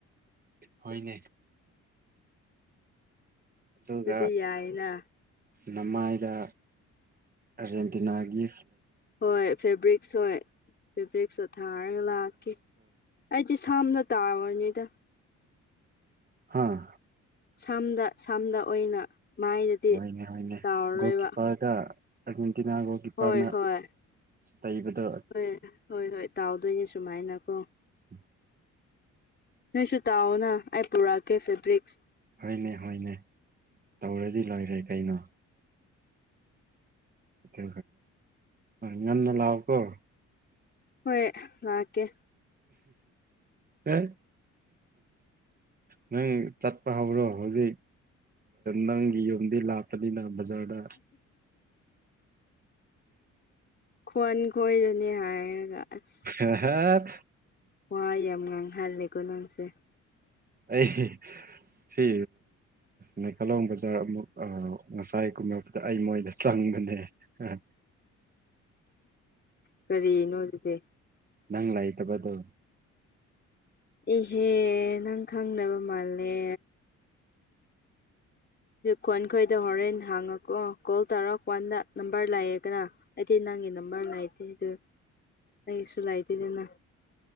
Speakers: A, on the right; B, on the left.
A: ꯍꯅꯦ ꯑꯗꯨꯒ
B: ꯑꯗꯨꯗꯤ ꯌꯥꯏꯅ
A: ꯅꯃꯥꯏꯗ ꯑꯔꯖꯦꯟꯇꯤꯅꯥꯒꯤ
B: ꯍꯣꯏ ꯐꯦꯕ꯭ꯔꯤꯛꯁ ꯍꯣꯏ ꯐꯦꯕ꯭ꯔꯤꯛꯁꯇ ꯊꯥꯔꯒ ꯂꯥꯛꯀꯦ ꯑꯩꯗꯤ ꯁꯝꯅ ꯇꯥꯔꯨꯔꯅꯤꯗ
A: ꯍꯥꯥ
B: ꯁꯝꯗ ꯁꯝꯗ ꯑꯣꯏꯅ ꯃꯥꯏꯗꯗꯤ
A: ꯍꯣꯏꯅꯦ ꯍꯣꯏꯅꯦ
B: ꯇꯥꯎꯔꯔꯣꯏꯕ
A: ꯒꯣꯜ ꯀꯤꯞꯄꯔꯗ ꯑꯥꯔꯖꯦꯟꯇꯤꯅꯥ ꯒꯣꯜ ꯀꯤꯞꯄꯔꯅ
B: ꯍꯣꯏ ꯍꯣꯏ
A: ꯂꯩꯕꯗꯣ
B: ꯍꯣꯏ ꯍꯣꯏ ꯍꯣꯏ ꯇꯥꯎꯗꯣꯏꯅꯦ ꯁꯨꯃꯥꯏꯅ ꯀꯣ
A: ꯎ
B: ꯅꯣꯏꯁꯨ ꯇꯥꯎꯑꯣꯅ ꯑꯩ ꯄꯨꯔꯛꯑꯒꯦ ꯐꯦꯕ꯭ꯔꯤꯛꯁ
A: ꯍꯣꯏꯅꯦ ꯍꯣꯏꯅꯦ ꯇꯧꯔꯗꯤ ꯂꯣꯏꯔꯦ ꯀꯩꯅꯣ ꯇ ꯅꯅ ꯂꯥꯎ ꯀꯧꯕ
B: ꯍꯣꯏ ꯂꯥꯛꯀꯦ
A: ꯑꯦ ꯅꯪ ꯆꯠꯄ ꯍꯥꯏꯕ꯭ꯔꯣ ꯍꯧꯖꯤꯛ ꯅꯪꯒꯤ ꯌꯨꯝꯗꯤ ꯂꯥꯞꯄꯅꯤꯅ ꯕꯖꯥꯔ ꯑ
B: ꯈꯣꯟ ꯈꯣꯏꯗꯅꯤ ꯍꯥꯏꯔꯒ ꯑꯁ
A: ꯍꯍꯠ
B: ꯋꯥꯣꯏ ꯌꯥꯝ ꯉꯥꯡꯍꯜꯂꯦꯀꯣ ꯅꯪꯁꯦ
A: ꯑꯩ ꯁꯤ ꯅꯩꯀꯥꯂꯣꯡ ꯕꯖꯥꯔ ꯑꯃꯨꯛ ꯉꯁꯥꯏꯒꯨꯝꯕꯗ ꯑꯩ ꯃꯣꯏꯗ ꯆꯪꯕꯅꯦ ꯑꯝ
B: ꯀꯔꯤꯅꯣ ꯑꯗꯨꯗꯤ
A: ꯅꯪ ꯂꯥꯏ ꯇꯕ ꯑꯗꯨ
B: ꯏꯍꯦ ꯅꯪ ꯈꯪꯅꯕ ꯃꯥꯜꯂꯦ ꯈꯣꯟ ꯈꯣꯏꯗ ꯍꯣꯔꯦꯟ ꯍꯥꯡꯉꯛꯀꯣ ꯀꯣꯜ ꯇꯧꯔꯛꯀ ꯋꯥꯟꯗ ꯅꯝꯕꯔ ꯂꯥꯛꯑꯦꯒꯅ ꯑꯩꯗꯤ ꯅꯪꯒꯤ ꯅꯝꯕꯔ ꯂꯥꯏꯇꯦ ꯑꯗꯨ ꯑꯩꯁꯨ ꯂꯥꯏꯇꯦꯗꯅ